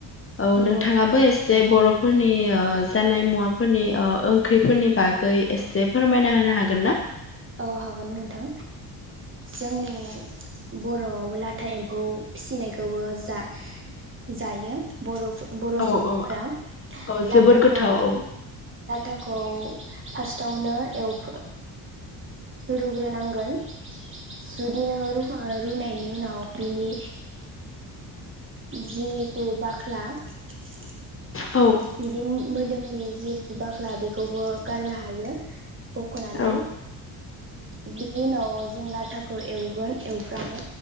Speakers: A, on the left; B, on the right.
A: औ
B: नंगौ
A: नोंथाङाबो एस जे बर'फोरनि ओ जानाय मुवाफोरनि ओ ओंख्रिफोरनि बागै एसे फोरमायना होनो हागोन ना?
B: औ हागोन नोंथां। जोंनि बर'आवबो लाथा एम्फौ फिसिनायखौबो जा जायो बर' बर'
A: औ
B: सुबुंफोरा
A: औ औ जोबोर
B: लाथाखौ
A: गोथाव औ
B: थाखौ फार्स्टावनो एव रुग्रोनांगोन जुदि नोङो रूखां रुनायनि उनाव बिनि जिहेतु बाख्ला <inaudible>
A: औ
B: <unintelligible> मोदोमनि जि बाख्ला बेखौबो गारनो हायो बख'नानै
A: औ
B: बिनि उनाव जों लाथाखौ एवगोन एवफ्रामो